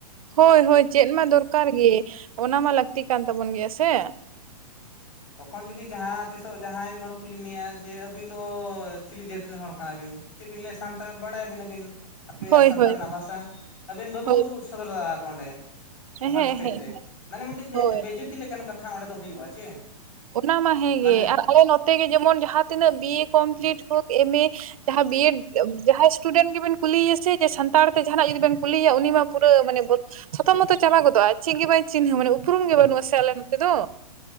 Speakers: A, on the right (about 60°); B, on the left (about 50°).
A: ᱦᱳᱭ ᱦᱳᱭ ᱪᱮᱫ ᱢᱟ ᱫᱚᱨᱠᱟᱨ ᱜᱮ ᱚᱱᱟ ᱢᱟ ᱞᱟᱹᱠᱛᱤ ᱠᱟᱱ ᱛᱟᱵᱚᱱ ᱜᱮᱭᱟ ᱥᱮ
B: ᱛᱚᱠᱷᱚᱱ ᱡᱩᱫᱤ ᱡᱟᱦᱟᱸ ᱛᱤᱥᱚᱜ ᱡᱟᱦᱟᱸᱭ ᱢᱤᱫ ᱦᱚᱲ ᱠᱩᱞᱤ ᱢᱮᱭᱟ ᱡᱮ ᱟᱹᱵᱤᱱ ᱫᱚ ᱪᱤᱞᱤ ᱡᱟᱹᱛ ᱨᱮᱱ ᱦᱚᱲ ᱠᱟᱱᱟᱵᱤᱱ ᱪᱮᱫ ᱵᱤᱱ ᱞᱟᱹᱭᱟ ᱥᱟᱱᱛᱟᱲ ᱵᱟᱲᱟᱭᱟᱵᱤᱱ ᱟᱹᱵᱤᱱ ᱟᱯᱮᱭᱟᱜ
A: ᱦᱳᱭ
B: ᱥᱟᱱᱛᱟᱲ
A: ᱦᱳᱭ
B: ᱨᱮᱱᱟᱜ ᱵᱷᱟᱥᱟ? ᱟᱹᱵᱤᱱ ᱵᱟᱹᱵᱤᱱ
A: ᱦᱳᱭ
B: ᱩᱫᱩᱜ ᱥᱚᱫᱚᱨ ᱫᱟᱭᱮ ᱟᱠᱚ ᱚᱸᱰᱮ
A: ᱦᱮᱸ
B: ᱚᱱᱠᱟᱱ ᱮᱥᱴᱮᱡ
A: ᱦᱮᱸ
B: ᱨᱮ ᱢᱟᱱᱮ ᱢᱤᱫᱴᱤᱡ
A: ᱦᱳᱭ
B: ᱮ ᱵᱮᱡᱟᱹᱛ ᱛᱤ ᱞᱮᱠᱟᱱ ᱠᱟᱛᱷᱟ ᱚᱸᱰᱮ ᱫᱚ ᱦᱩᱭᱩᱜᱼᱟ ᱪᱮ?
A: ᱚᱱᱟ ᱢᱟ ᱦᱮᱸᱜᱮ
B: ᱢᱟᱱᱮ
A: ᱟᱨ ᱟᱞᱮ ᱱᱚᱛᱮ ᱜᱮ ᱡᱮᱢᱚᱱ ᱡᱟᱦᱟᱸ ᱛᱤᱱᱟᱹᱜ ᱵᱤᱭᱮ ᱠᱚᱢᱯᱞᱤᱴ ᱦᱳᱠ ᱮᱢᱮ ᱡᱟᱦᱟᱸ ᱵᱤᱭᱮᱰ ᱡᱟᱦᱟᱸᱭ ᱥᱴᱩᱰᱮᱱᱴ ᱜᱮᱵᱮᱱ ᱠᱩᱞᱤᱭᱮ ᱥᱮ ᱡᱮ ᱥᱟᱱᱛᱟᱲ ᱛᱮ ᱡᱟᱦᱟᱱᱟᱜ ᱡᱩᱫᱤ ᱵᱮᱱ ᱠᱩᱞᱤᱭᱮᱭᱟ ᱩᱱᱤᱢᱟ ᱯᱩᱨᱟᱹ ᱢᱟᱱᱮ ᱵᱚᱛ ᱪᱷᱚᱛᱚᱼᱢᱚᱛᱚ ᱪᱟᱵᱟ ᱜᱚᱫᱚᱜᱼᱟ ᱪᱤᱜ ᱜᱮ ᱵᱟᱭ ᱪᱤᱱᱦᱟᱹ ᱢᱟᱱᱮ ᱩᱯᱨᱩᱢ ᱜᱮ ᱵᱟᱹᱱᱩᱜᱼᱟ ᱥᱮ ᱟᱞᱮ ᱱᱚᱛᱮ ᱫᱚ᱾